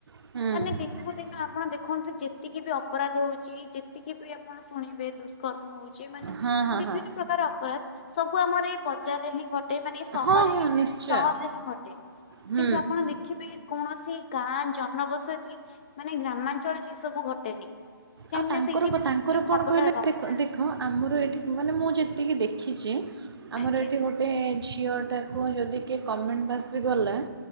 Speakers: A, on the right; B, on the left.
A: ହୁଁ।
B: ମାନେ ଦିନକୁ ଦିନ ଆପଣ ଦେଖନ୍ତୁ ଯେତେ ଯେତିକି ବି ଅପରାଧ ହଉଛି ଯେତିକି ବି ଆପଣ ଶୁଣିବେ ଦୁଷ୍କର୍ମ ହଉଛି ମାନେ
A: ହଁ ହଁ
B: ବିଭିନ୍ନ
A: ହଁ
B: ପ୍ରକାର ଅପରାଧ ସବୁ ଆମର ଏ ବଜାରରେ ହିଁ ଘଟେ ମାନେ ସହରେ
A: ହଁ ହଁ ନିଶ୍ଚୟ
B: ସହରରେ ହିଁ ଘଟେ।
A: ହୁଁ।
B: କିନ୍ତୁ ଆପଣ ଦେଖିବେ କୌଣସି ଗାଁ ଜନବସତି ମାନେ ଗ୍ରାମାଞ୍ଚଳରେ ଏଇ ସବୁ ଘଟେନି। କାହିଁକି
A: ଆଉ ତାଙ୍କରପା
B: ନା ସେଇଠି ଭାତୃ
A: ତାଙ୍କର
B: ଭାବଟା
A: କଣ କହିଲେ
B: ରହିଥାଏ।
A: ଦେଖ ଆମର ଏଠି ମାନେ ମୁଁ ଯେତିକି ଦେଖିଛି ଆମର
B: ଆଜ୍ଞା
A: ଏଇଠି ଗୋଟେ ଗୋଟେ ଝିଅଟାକୁ ଯଦି କିଏ କମେଣ୍ଟ ପାସ ବି କଲା